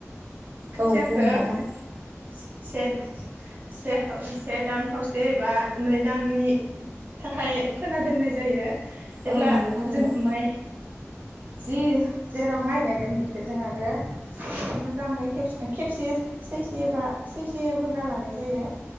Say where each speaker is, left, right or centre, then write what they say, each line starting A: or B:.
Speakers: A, on the right (about 40°); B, on the right (about 80°).
A: खोथियाखो
B: औ बुं नोंथां
A: से से से दान खावसे एबा नै दाननि थाखाय खोना फोना दोननाय जायो जेब्ला
B: औ नंगौ थारैनो
A: जों माइ जि जेराव माइ गायगोन बि जों आरो मोजाङै खेबसे सैसेबा सैसे एवगोरना लानाय जायो